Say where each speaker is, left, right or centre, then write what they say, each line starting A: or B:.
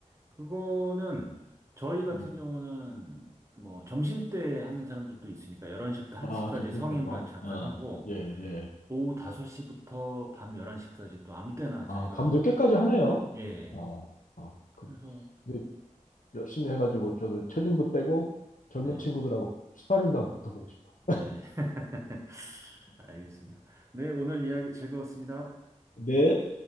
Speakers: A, on the right; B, on the left.
A: 그거는 저희 같은
B: 음.
A: 경우는 뭐 점심때 하는 사람들도 있으니까 11시부터 1시까지
B: 아, 점심
A: 성인반
B: 때도.
A: 잠깐
B: 아,
A: 하고
B: 예, 예.
A: 오후 5시부터 밤 11시까지 또 아무 때나
B: 아,
A: 자기가
B: 밤 늦게까지 하네요.
A: 예.
B: 어, 어,
A: 그래서
B: 그, 근데 열심히 해가지고 저도 체중도 빼고 젊은
A: 네.
B: 친구들하고 스파링도 한번 붙어보고 싶어.
A: 예. <laughs> 알겠습니다. 네, 오늘 이야기 즐거웠습니다.
B: 네.